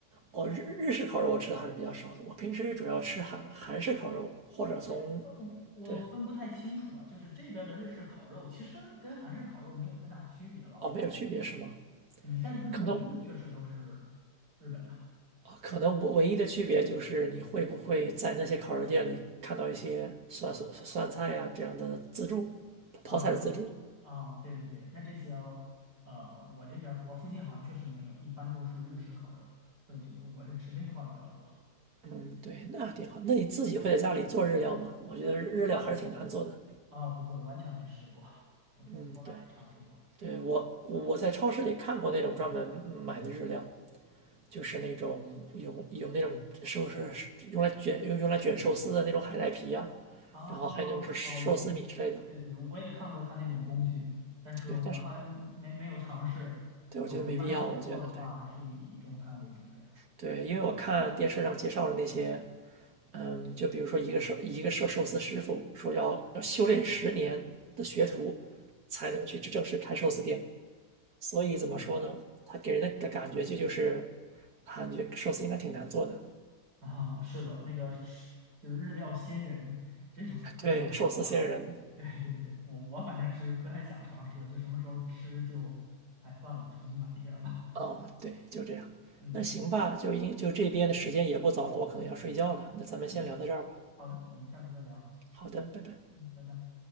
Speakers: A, on the right; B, on the right.
A: 哦日日式烤肉我吃的还是比较少的，我平时主要吃韩韩式烤肉，或者从，
B: 哎，呃我我分不太清楚啊，
A: 对，
B: 就是这边的日式烤肉其实跟韩式烤肉没有太大区别吧，
A: 哦，
B: 我感觉。
A: 没有区别是吗？
B: 嗯，但是它的名字确实都是日本的。
A: 可能啊可能我唯一的区别就是你会不会在那些烤肉店里看到一些酸酸酸菜呀、这样的自助，
B: 啊啊，
A: 泡菜的自助。
B: 对对对，那这些哦呃，我这边儿我附近好像确实没有，一般都是日式烤肉，对，就是我是吃这块儿比较多。
A: 嗯，对，那挺好。那你自己会在家里做日料吗？我觉得日料还是挺难做的。
B: 嗯啊，不会，完全没试过，从从从来没尝试过。
A: 嗯，对，对，我我在超市里看过那种专门买的日料，就是那种有有那种寿司用来卷用用来卷寿司的那种海带皮呀、
B: 啊哦，
A: 然后还有就是寿司米之类的。
B: 我对对对，我也看过他那种工具，但是我好像没没有尝试。
A: 对，但是对我觉得没必要，
B: 然后我一般自己做的话，
A: 我觉得对
B: 还是以以中餐为主这样。
A: 对，因为我看电视上介绍的那些，嗯，就比如说一个寿一个寿寿司师傅说要要修炼十年的学徒才能去正式开寿司店，所以怎么说呢？他给人的感觉就就是。感觉寿司应该挺难做的，
B: 啊，是的，那个是就是日料仙人这种这种说法，
A: 对，寿司仙人，
B: 对对对，我我反正是不太想尝试，就什么时候吃就，哎，算了，出去买一点儿吧。
A: 哦，对，就这样。
B: 嗯
A: 那行吧，就应就这边的时间也不早了，我可能要睡觉了。那咱们先聊到这儿吧。
B: 嗯，好的，我们下次再聊。
A: 好的，拜拜。
B: 嗯，拜拜。